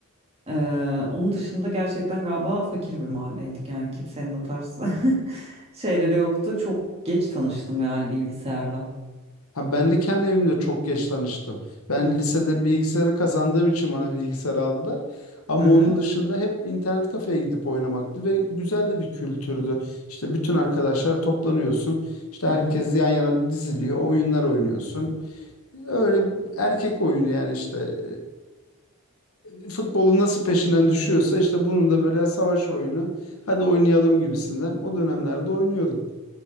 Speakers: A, on the right; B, on the left.
A: Ee, onun dışında gerçekten galiba fakir bir mahalleydik. Yani kimsenin o tarz <laughs> şeyleri yoktu. Çok geç tanıştım yani bilgisayarla.
B: Ha, ben de kendi evimde çok geç tanıştım. Ben
A: Hı hı.
B: lisede bilgisayarı kazandığım için bana bilgisayar aldılar. Ama
A: Hı hı.
B: onun dışında hep internet kafeye gidip oynamaktı ve güzel de bir kültürdü. İşte bütün arkadaşlar toplanıyorsun. İşte
A: Hı
B: herkes
A: hı.
B: yan yana diziliyor. Oyunlar oynuyorsun. Öyle erkek oyunu yani işte e, futbolun nasıl peşinden düşüyorsa işte bunun da böyle savaş oyunu. Hadi oynayalım gibisinden. O dönemlerde oynuyorduk.